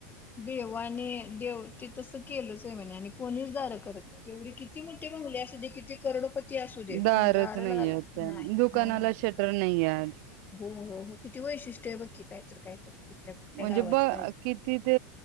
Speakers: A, on the left; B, on the right.
A: देवाने -देव ते तस केलंच आहे म्हणे आणि कोणीच दार करत नाही, एवढी किती मोठे बंगले असत्यात किती करोडपती. करोडपती असू दे
B: दारच
A: पण दारलावला
B: नाही आहेत त्या
A: नाही
B: दुकानाला
A: हा,
B: शटर नाही आहेत.
A: हो, हो, हो किती वैशिष्ट्य बघ की काय तरी. काय तर. कुठल्या-कुठल्या
B: म्हणजे
A: गावाच.
B: ब किती ते